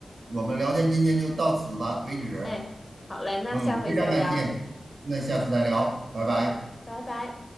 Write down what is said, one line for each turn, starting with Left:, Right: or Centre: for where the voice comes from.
Right: 我们聊天今天就到此吧为止。
Left: 哎，好嘞，那下回再聊。
Right: 嗯，非常感谢，那下次再聊，拜拜。
Left: 嗯，拜拜。